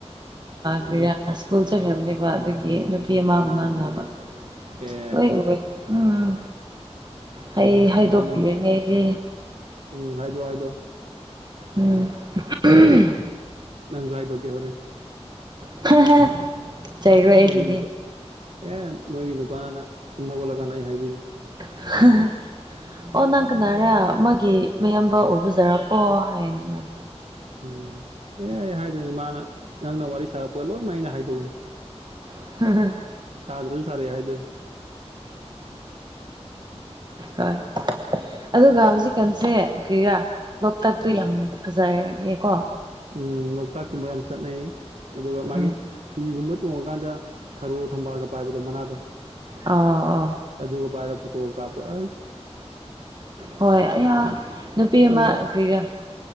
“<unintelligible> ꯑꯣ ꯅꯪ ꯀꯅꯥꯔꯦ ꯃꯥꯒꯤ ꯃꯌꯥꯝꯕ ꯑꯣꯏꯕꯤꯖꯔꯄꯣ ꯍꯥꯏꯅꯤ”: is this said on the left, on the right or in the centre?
Right